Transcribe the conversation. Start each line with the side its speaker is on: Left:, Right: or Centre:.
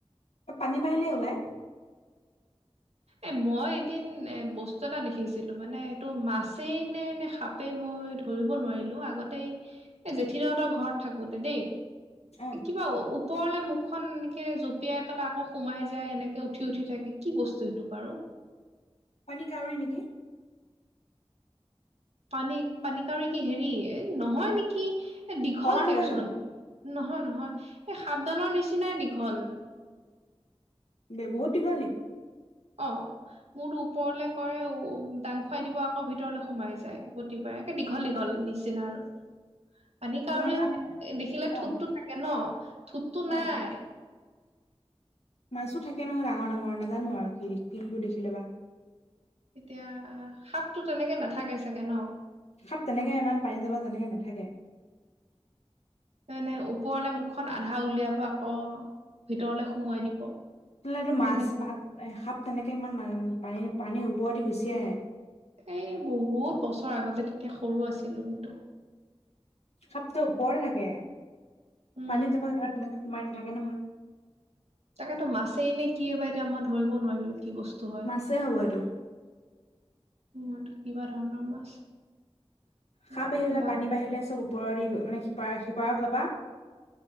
Left: পানী মাৰিলে ওলাই।
Right: এ মই এদিন এ বস্তু <unintelligible> দেখিছিলো মানে এইটো মাছেই নে, নে সাপেই মই ধৰিব নোৱাৰিলো আগতে। এই জেঠিদো হতৰ ঘৰত থাকোতেই দেই।
Left: অ
Right: এ কিবা ওপৰলে মুখখন এনেকে জঁপিয়াই পেলাই আকৌ সোমাই যায়, এনেকে উঠি উঠি থাকে। কি বস্তু এইটো বাৰু?
Left: পানী কাউৰী নেকি?
Right: পানী, পানী কাউৰী কি হেৰি। এ নহয় নেকি। এ দীঘলকে
Left: কলা নহয়
Right: চোন।
Left: জানো
Right: নহয় নহয়, এই সাপডালৰ নিচিনাই দীঘল।
Left: <unintelligible> বহুত দীঘল নেকি?
Right: অহ, মূৰতো ওপৰলে কৰে, উ দাং খুৱাই দিব আকৌ ভিতৰলে সোমাই যায় প্ৰতিবাৰে। একে দীঘল দীঘল নিচিনা আৰু। পানী কাউৰী
Left: কিমান
Right: <unintelligible>
Left: মান
Right: দেখিলে
Left: অ
Right: ঠোটটো থাকে নহ। <inaudible> থুতটো নাই।
Left: অ মাছো থাকে নহয় ডাঙৰ ডাঙৰ নাজানো আৰু কি <unintelligible> দেখিলে বা।
Right: এতিয়া সাপতো তেনেকে নাথাকে চাগে ন।
Left: সাপ তেনেকে ইমান পানী তলত তেনেকে নাথাকে।
Right: <unintelligible> নে ওপৰলে মুখখন আধা উলিয়াব আকৌ ভিতৰলে সুমোৱাই দিব।
Left: <unintelligible> লে টো মাছ
Right: তেনেকুৱা
Left: পাত এ সাপ তেনেকে ইমান পানীৰ পানীৰ ওপৰ দি গুচি আহে।
Right: এই বহুত বছৰ আগতে তেতিয়া সৰু আছিলো কিন্ত।
Left: সাপটো ওপৰতে থাকে
Right: উম
Left: পানীত <unintelligible> তেনেকে সোমাই নাথাকে নহয়।
Right: তাকেতো মাছেই নে কি এ বা এতিয়া মই ধৰিব নোৱাৰিলো। কি বস্তু হয়
Left: মাছেই হ'ব এইটো
Right: মূৱাটো কিবা ধৰণৰ মাছ। উম
Left: সাপ আহিবলে
Right: বা
Left: পানী বাঢ়িলে চব ওপৰেদি গৈ মানে সিপাৰ সিপাৰ ফাল পা